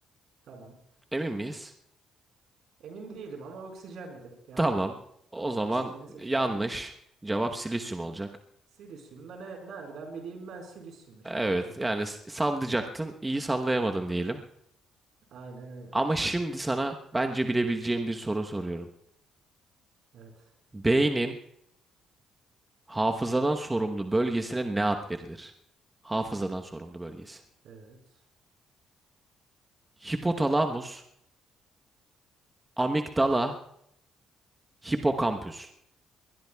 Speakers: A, on the right (about 70°); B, on the right (about 15°).
A: Tamam.
B: Emin miyiz?
A: Emin değilim ama oksijendir. Yani
B: Tamam. O zaman
A: oksijeni seçiyorum.
B: yanlış. Cevap silisyum olacak.
A: Silisyum da ne, nereden bileyim ben silisyumu şimdi
B: Evet,
A: kanka.
B: yani s- sallayacaktın, iyi sallayamadın diyelim.
A: Aynen öyle.
B: Ama şimdi sana bence bilebileceğim bir soru soruyorum.
A: Evet.
B: Beynin hafızadan sorumlu bölgesine ne ad verilir? Hafızadan sorumlu bölgesi.
A: Evet.
B: Hipotalamus, amigdala, hipokampüs.